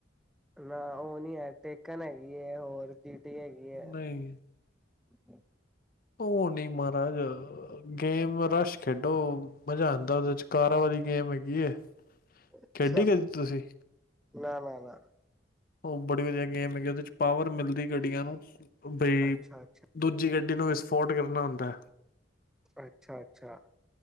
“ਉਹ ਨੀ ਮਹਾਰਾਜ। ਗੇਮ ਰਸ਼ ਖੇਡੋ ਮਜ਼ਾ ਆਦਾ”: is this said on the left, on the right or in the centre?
Left